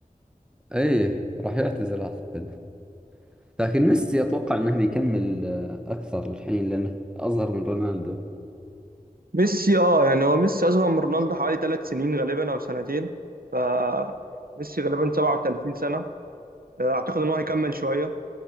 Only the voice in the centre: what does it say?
ايه راح يعتزل اعتقد لكن ميسي اتوقع انه بيكمل آه، اكثر الحين لانه اصغر من رونالدو